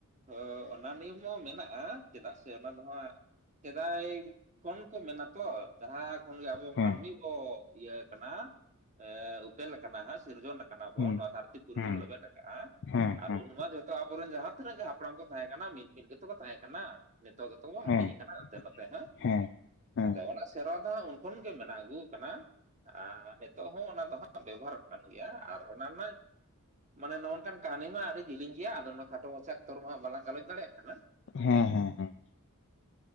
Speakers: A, on the right; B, on the left.
A: ᱦᱚ ᱚᱱᱟ ᱱᱤᱭᱚᱢ ᱦᱚᱸ ᱢᱮᱱᱟᱜᱼᱟ ᱪᱮᱫᱟᱜ ᱥᱮ ᱚᱱᱟ ᱫᱚ ᱦᱟᱸᱜ ᱥᱮᱫᱟᱭ ᱠᱷᱚᱱ ᱠᱚ ᱢᱮᱱᱟ ᱛᱚ ᱡᱟᱦᱟᱸ ᱠᱷᱚᱱ ᱜᱮ ᱟᱵᱚ
B: ᱦᱮᱸ
A: ᱢᱟᱹᱱᱢᱤ, ᱠᱚ ᱤᱭᱟᱹ ᱟᱠᱟᱱᱟ ᱮ ᱩᱯᱮᱞ ᱟᱠᱟᱱᱟ ᱦᱟᱜ ᱥᱤᱨᱡᱚᱱ ᱟᱠᱟᱱᱟ ᱠᱟᱱᱟ ᱵᱚᱱ
B: ᱦᱮᱸ
A: ᱱᱚᱣᱟ ᱫᱷᱟᱨᱛᱤ ᱯᱩᱨᱤ
B: ᱦᱮᱸ
A: ᱵᱚᱱ ᱞᱮᱵᱮᱫ ᱟᱠᱟᱜᱼᱟ,
B: ᱦᱮᱸ
A: ᱟᱨ
B: ᱦᱮᱸ
A: ᱩᱱ ᱢᱟ ᱡᱚᱛᱚ ᱟᱵᱚᱨᱮᱱ ᱡᱟᱦᱟᱸᱼᱼ ᱛᱤᱱᱟᱹᱜ ᱜᱮ ᱦᱟᱯᱲᱟᱢ ᱠᱚ ᱛᱟᱦᱮᱸ ᱠᱟᱱᱟ ᱢᱤᱫ ᱢᱤᱫ ᱜᱮᱛᱚ ᱠᱚ ᱛᱟᱦᱮᱸ ᱠᱟᱱᱟ ᱱᱤᱛᱚᱜ ᱜᱮᱛᱚ ᱵᱚ
B: ᱦᱮᱸ
A: ᱦᱟᱹᱴᱤᱧ ᱟᱠᱟᱱᱟ ᱦᱚᱱᱛᱮ ᱱᱚᱛᱮ ᱦᱟᱜ᱾
B: ᱦᱮᱸ ᱦᱮᱸ ᱦᱮᱸ
A: ᱟᱫᱚ ᱚᱱᱟ ᱥᱮᱨᱣᱟ ᱫᱚ ᱦᱟᱸᱜ ᱩᱱ ᱠᱷᱚᱱ ᱜᱮ ᱢᱮᱱᱟᱜ ᱟᱹᱜᱩ ᱟᱠᱟᱱᱟ᱾ ᱟᱨ ᱱᱤᱛᱚᱜ ᱦᱚᱸ ᱚᱱᱟ ᱫᱚ ᱦᱟᱸᱜ ᱵᱮᱵᱚᱦᱟᱨᱚᱜ ᱠᱟᱱ ᱜᱮᱭᱟ ᱟᱨ ᱚᱱᱟ ᱨᱮᱱᱟᱜ ᱢᱟᱱᱮ ᱱᱚᱜ-ᱚ ᱱᱚᱝᱠᱟᱱ ᱠᱟᱹᱦᱱᱤ ᱢᱟ ᱟᱹᱰᱤ ᱡᱤᱞᱤᱧ ᱜᱮᱭᱟ ᱟᱫᱚ ᱚᱱᱟ ᱠᱷᱟᱴᱚ ᱢᱟᱪᱷᱟ ᱚᱠᱛᱚ ᱨᱮᱢᱟ ᱵᱟᱞᱟᱝ ᱜᱟᱞᱚᱪ ᱫᱟᱲᱮᱭᱟᱜ ᱠᱟᱱᱟ᱾
B: ᱦᱮᱸ ᱦᱮᱸ ᱦᱮᱸ᱾